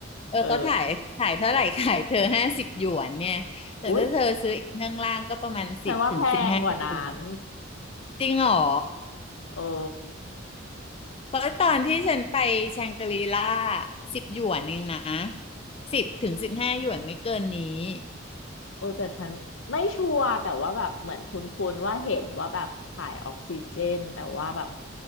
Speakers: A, on the left (about 30°); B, on the left (about 80°).
A: เออเขาถ่ายขายเท่าไหร่
B: เออ
A: <laughs> ขายเธอห้าสิบหยวนเนี่ยแต่ถ้าเธอซื้อข้างล่างก็ประมาณสิบถึงสิบห้าหยวน
B: อุ๊ยฉันว่าแพงกว่านั้น
A: จริงเหรอ
B: โอ้
A: เพราะตอนที่ฉันไปแชงกรีล่าสิบหยวนเองนะสิบถึงสิบห้าหยวนไม่เกินนี้
B: เออแต่ฉันไม่ชัวร์แต่ว่าแบบเหมือนคุ้นๆว่าเห็นว่าแบบขายออกซิเจนแต่ว่าแบบ